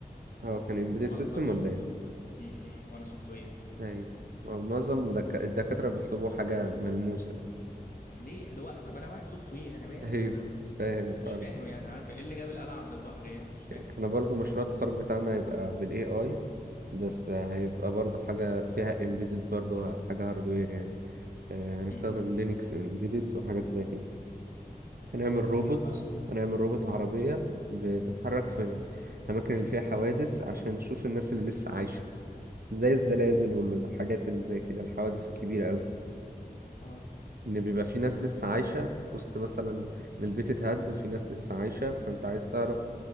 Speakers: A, on the right; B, on the left.
A: اه كان امبيدد
B: وانا
A: سيستم
B: اصلا سوفت
A: ولا ايه
B: امم وانا سوفت وير
A: ايوه آه، معظم دك- الدكاترة بيطلبوا حاجة ملموسة
B: طب ليه اللي هو طب انا واحد سوفت وير انا
A: <laughs>
B: مالي
A: ايوه
B: بالهارد وير
A: فاهم
B: يعني
A: الحوار
B: مش فاهم
A: ده
B: يعني عارف ايه اللي جاب القلعه عند البحر يعني مش فاهم
A: احنا برضه مشروع التخرج بتاعنا هيبقى بالاي اي بس آه، هيبقى برضه حاجة فيها امبيدد برضه حاجة هاردوير يعني آه، هنستخدم
B: امم
A: لينكس امبيدد وحاجات زي كده هنعمل روبوت
B: ايوه فاهم
A: هنعمل روبوت عربية بتتحرك في الأماكن اللي فيها حوادث عشان تشوف الناس اللي لسه عايشة زي الزلازل والحاجات اللي زي كده الحوادث الكبيرة أوي
B: اه
A: إن بيبقى في ناس لسه عايشة وسط مثلا إن البيت اتهد وفي ناس لسه عايشة فأنت عايز تعرف